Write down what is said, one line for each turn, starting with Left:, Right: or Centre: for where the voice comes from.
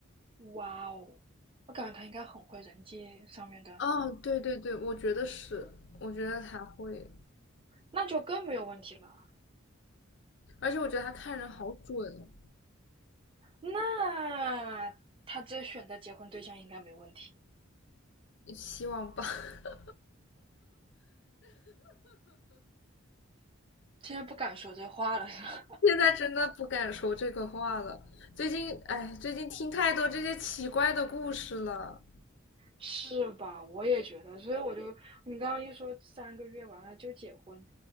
Right: 哇哦，我感觉他应该很会人际上面的，
Left: 哦，对对对，我觉得是，我觉得他会，
Right: 那就更没有问题了。
Left: 而且我觉得他看人好准哦
Right: 那他这选择结婚对象应该没问题，
Left: 希望吧。<laughs>
Right: 现在不敢说这话了。<laughs>
Left: 现在真的不敢说这个话了，最近，哎，最近听太多这些奇怪的故事了。
Right: 是吧？我也觉得，所以我就你刚刚一说三个月完了就结婚，